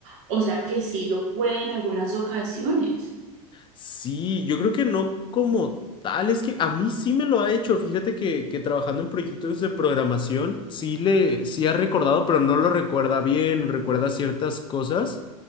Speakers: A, on the right (about 55°); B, on the left (about 25°).
A: O sea que sí lo puede en algunas ocasiones.
B: Sí, yo creo que no como tal, es que a mí sí me lo ha hecho, fíjate que, que trabajando en proyectos de programación sí le, sí ha recordado, pero no lo recuerda bien, recuerda ciertas cosas.